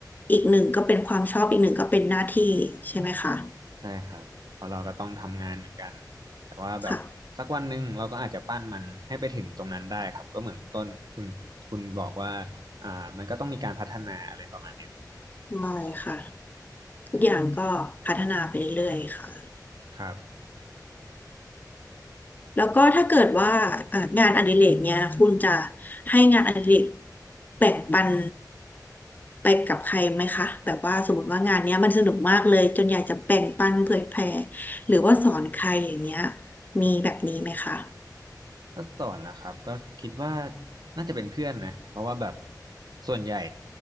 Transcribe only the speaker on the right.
ใช่ครับเพราะเราก็ต้องทำงานเหมือนกันแต่ว่าแบบสักวันหนึ่งเราก็อาจจะปั้นมันให้ไปถึงตรงนั้นได้ครับก็เหมือนคุณต้นคุณคุณบอกว่า
อ่ามันก็ต้องมีการพัฒนาอะไรประมาณเนี้ยครับ
ครับ
ถ้าสอนนะครับก็คิดว่าน่าจะเป็นเพื่อนนะเพราะว่าแบบส่วนใหญ่